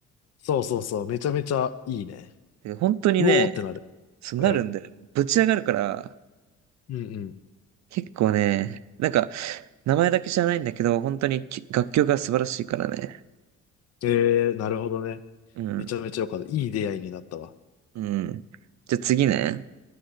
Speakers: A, on the left (about 55°); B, on the right (about 65°).
A: そうそうそう、めちゃめちゃいいね。
B: で本当にね、
A: うおーってなる。
B: そうなるんだよ。
A: うん。
B: ぶち上がるから、
A: うんうん。
B: 結構ね、なんか、名前だけじゃないんだけど、本当にき楽曲が素晴らしいからね。
A: えー、なるほどね。
B: うん、
A: めちゃめちゃよかった。いい出会いになったわ。
B: うん。じゃあ次ね。